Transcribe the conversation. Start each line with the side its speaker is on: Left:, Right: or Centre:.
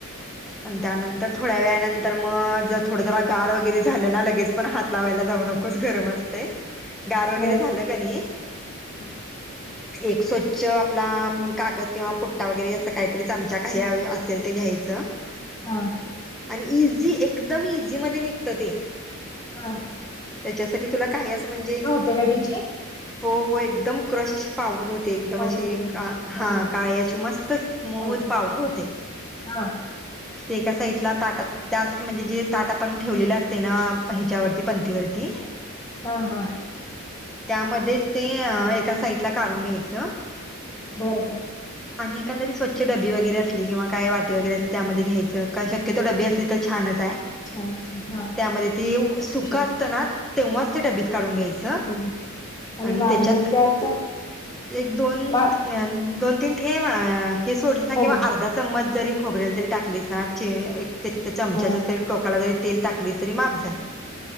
Centre: अन त्यानंतर थोड्या वेळानंतर तर मग थोड जर गार वगैरे झाल ना लगेच पण हात लावायला जाऊ नकोस गरम असते गार वगैरे
Left: गरम
Centre: झाल का नाही
Left: <inaudible>
Centre: एक स्वच्छ आपला कागद किंवा पुट्टा वगैरे अस काहीतरी चमचा काही असेल ते घ्यायच
Left: हां
Centre: आणि इझी एकदम इझी मध्ये निघत ते
Left: हा
Centre: त्याच्यासाठी तुला काही अस म्हणजे
Left: त्या गादीची
Centre: हो हो एकदम क्रश अशी पावडर होते एकदम
Left: पावडर
Centre: अशी
Left: होते हो
Centre: हां काळी अशी मस्त स्मुत
Left: ऑर्डर
Centre: पावडर होते
Left: हां
Centre: ते एका साईडला ताटात त्यात म्हणजे जे ताट आपण ठेवलेल असते ना हिच्यावरती पणतीवरती
Left: हां हां
Centre: त्यामध्येच ते एका साइडला काढुन घ्यायच
Left: बरं बर
Centre: आणि एखादी स्वच्छ डबी वगैरे असली किंवा काय वाटी वगैरे असली त्यामध्ये घ्यायच शक्यतो डबी असली तर छानच आहे
Left: छानच आहे हां
Centre: त्यामध्ये ते
Left: देऊ
Centre: सुक
Left: शकते
Centre: असतना तेव्हाच ते डबीत काढुन घ्यायच
Left: <inaudible>
Centre: आणि त्याच्यात
Left: त्या आता
Centre: एक दोन
Left: मा
Centre: दोन तीन थेंब हे सोडले
Left: खोब
Centre: ना किंवा अर्धा चमच जरी खोबरेल तेल टाकलेच ना चे एक ते चमच्या
Left: हां
Centre: ते टोकाला जरी तेल टाकले तरी माप झाले